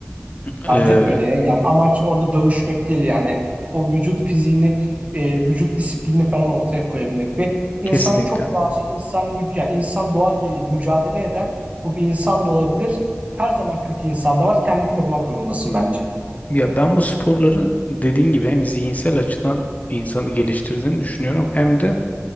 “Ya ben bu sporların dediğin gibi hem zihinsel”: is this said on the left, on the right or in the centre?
Left